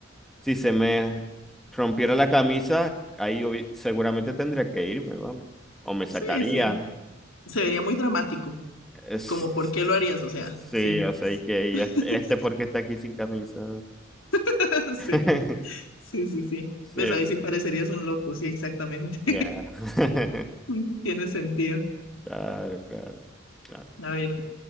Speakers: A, in the centre; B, on the left.
A: si se me rompiera la camisa, ahí obvi- seguramente tendría que irme, vamos, o me sacarían.
B: Sí, sí. Se vería muy dramático.
A: Es-
B: Como, ¿por qué lo harías? O sea,
A: sí,
B: sí.
A: o sea, y que y
B: <laughs>
A: este, este porque está aquí sin camisa.
B: <laughs> Sí,
A: <laughs>
B: sí, sí, sí.
A: Sí.
B: Pues ahí sí parecerías un loco, sí, exactamente.
A: Ya. <laughs>
B: <laughs> Tiene sentido.
A: Claro, claro, claro.
B: A ver,